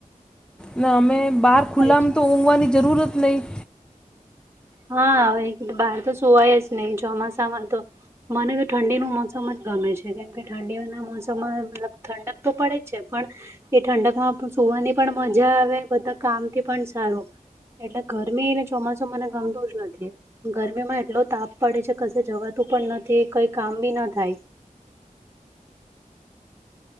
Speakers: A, in the centre; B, on the right.
A: ને અમે બહાર ખુલ્લામ
B: થાય છે.
A: તો ઊંઘવાની જરૂર જ નહીં.
B: હાવે બહાર તો સુવાય જ નહી ચોમાસામાં તો. મને તો ઠંડીનું મોસમ જ ગમે છે કેમ કે ઠંડીઓના મોસમમાં મતલબ ઠંડક તો પડે જ છે પણ- એ ઠંડક માં પણ સુવાની પણ મજા આવે બધા કામ થી પણ સારું. ગરમીને ચોમાસું મને ગમતું નથી. ગરમીમાં એટલો તાપ પડે છે કશે જવાતું પણ નથી કઈ કામ બી ના થાય.